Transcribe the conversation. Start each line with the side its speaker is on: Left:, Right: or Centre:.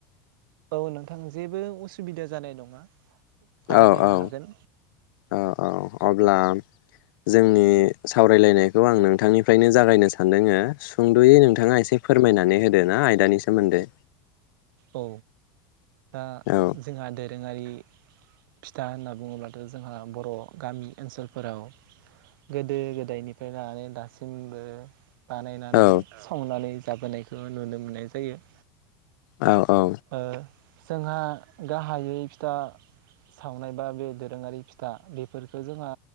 Right: औ नोंथां जेबो उसुबिदा जानाय नङा सावरायलायनो
Left: औ औ
Right: हागोन
Left: औ औ अब्ला जों नि सावरायलायनायखौ आं नोंथांनिफ्रायनो जागायनो सानदोंङो सुंदयै नोंथांङा एसे फोरमायनानै होदो ना आयदानि सोमोन्दै।
Right: औ दा
Left: औ
Right: जोंहा दोरोंङारि। फिथा होनना बुङोब्लाथ जोंहा बर गामि ओनसोलफोराव गोदो गोदायनिफ्राय लानानै दासिमबो। बानायनानै
Left: औ
Right: संनानै जाबोनायखौ नुनो मोननाय जायो।
Left: औ औ
Right: ओ जोंहा गाहायै फिथा सावनाय बा बे दोरोंङारि फिथा बेफोरखौ जोंहा